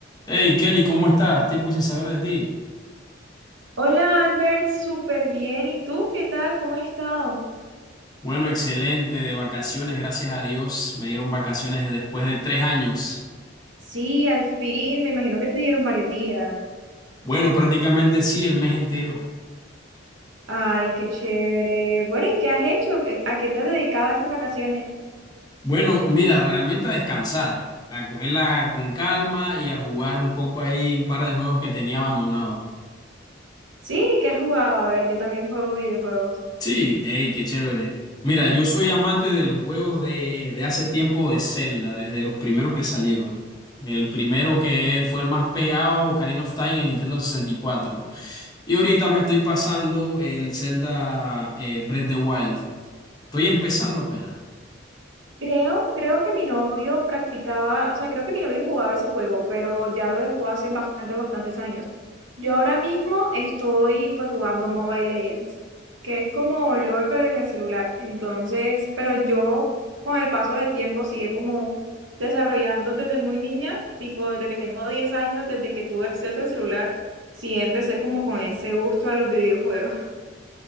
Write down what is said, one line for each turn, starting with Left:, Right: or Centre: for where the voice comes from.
Left: Hey Kelly, ¿cómo estás? Tiempo sin saber de ti.
Right: Hola Albert, súper bien. ¿Y tú qué tal? ¿Cómo has estado?
Left: Bueno, excelente, de vacaciones, gracias a Dios. Me dieron vacaciones de- después de tres años.
Right: Sí, al fin, me imagino que te dieron varios días.
Left: Bueno, prácticamente sí, el mes entero.
Right: Ay, qué chévere. Bueno, ¿y qué has hecho? ¿Qué- ¿A qué te has dedicado estas vacaciones?
Left: Bueno, mira, realmente a descansar, a cogerla con calma y a jugar un poco ahí un par de juegos que tenía abandonados.
Right: Sí, ¿qué has jugado? A ver, yo también juego videojuegos.
Left: Sí, hey, qué chévere. Mira, yo soy amante de los juegos de, de hace tiempo de Zelda, desde los primeros que salieron. El primero que fue el más pegado, Ocarina of Time, en Nintendo 64. Y cuatro. Y ahorita me estoy pasando el Zelda eh, Breath of the Wild. Estoy empezando apenas.
Right: Creo, creo que mi novio practicaba, o sea, creo que mi novio jugaba ese juego, pero ya lo dejó hace bastante, bastantes años. Yo ahora mismo estoy pues jugando Mobile Legends, que es como LOL, pero en el celular. Entonces, pero yo con el paso del tiempo sigue como desarrollando desde muy niña, tipo desde que tengo 10 años, desde que tuve acceso al celular, sí empecé como con ese gusto a los videojuegos.